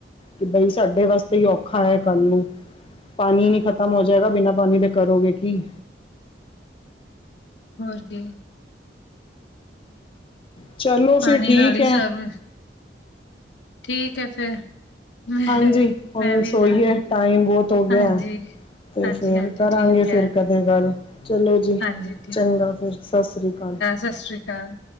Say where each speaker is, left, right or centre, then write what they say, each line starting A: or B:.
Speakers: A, on the left; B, on the left.
A: ਕਿ ਬਈ ਸਾਡੇ ਵਾਸਤੇ ਹੀ ਔਖਾ ਹੈ ਕੱਲ ਨੂੰ। ਪਾਣੀ ਨੀ ਖ਼ਤਮ ਹੋ ਜਾਏਗਾ ਬਿਨਾਂ ਪਾਣੀ ਦੇ ਕਰੋਗੇ ਕੀ।
B: ਹੋਰ ਕੀ?
A: ਚਲੋ ਫਿਰ
B: ਪਾਣੀ
A: ਠੀਕ
B: ਨਾਲ ਹੀ
A: ਹੈ।
B: ਸਭ ਠੀਕ ਹੈ ਫਿਰ ਮੈਂ,
A: ਹਾਂਜੀ ਹੁਣ
B: ਮੈਂ ਵੀ
A: ਸੋਈਏ
B: ਜਾਣ
A: ਟਾਈਮ ਬੋਹਤ ਹੋ ਗਿਆ।
B: ਹਾਂਜੀ,
A: ਤੇ
B: ਹਾਂਜੀ-ਹਾਂਜੀ
A: ਫੇਰ ਕਰਾਂਗੇ
B: ਠੀਕ ਐ,
A: ਫੇਰ ਕਦੇ ਗੱਲ। ਚਲੋ ਜੀ
B: ਹਾਂਜੀ
A: ਚੰਗਾ ਫੇਰ ਸਸ ਸ੍ਰੀ ਕਾਲ।
B: ਸਸ ਸ੍ਰੀ ਕਾਲ।